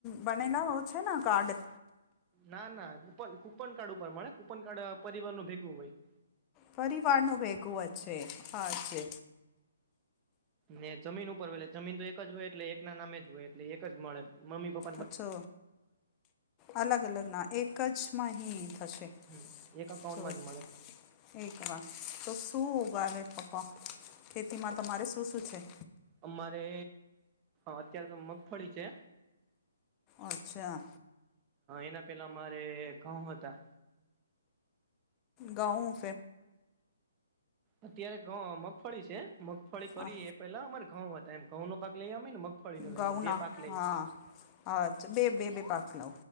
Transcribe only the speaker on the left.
બનેને હોવ છે ને કાર્ડ?
પરિવારનો ભેગો હ છે હા છે
અચ્છો અલગ અલગ ના એક જ માંહીં થશે
જો
<unintelligible> તો શું ઉગાવે પપ્પા ખેતીમાં તમારે શું શું છે?
અચ્છા
ગાઉ <unintelligible>
અ,
ઘઉંના
હા અચ્છા બે-બે-બે-પાક લઓ.